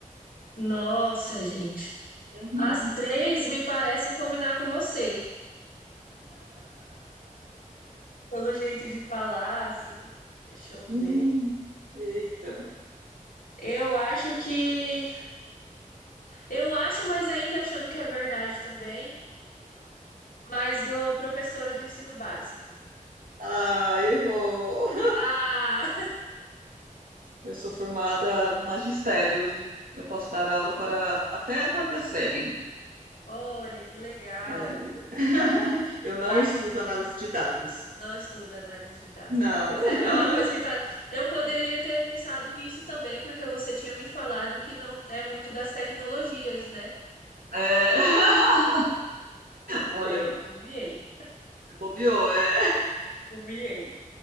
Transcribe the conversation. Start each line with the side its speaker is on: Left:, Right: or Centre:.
Left: Nossa, gente.
Right: <laughs>
Left: As três me parecem combinar com você. Pelo jeito de falar, assim. Deixa eu
Right: Hum,
Left: ver.
Right: Eita.
Left: Eu acho que. Eu acho, mas ainda achando que é verdade também. Mas do professora do ensino básico.
Right: Ah, errou.
Left: Ah!
Right: Eu sou formada no magistério e eu posso dar aula para até a quarta série.
Left: Olha, que legal.
Right: É. <laughs> Eu não
Left: Mas
Right: estudo análise de dados.
Left: não estuda análise de dados.
Right: Não.
Left: Pois é,
Right: <laughs>
Left: é uma coisa que tá. Eu poderia ter pensado nisso também, porque você tinha me falado que não é muito das tecnologias, né?
Right: É. <laughs> Olha,
Left: Olha aí, bobiei,
Right: bobeou, é.
Left: bobiei.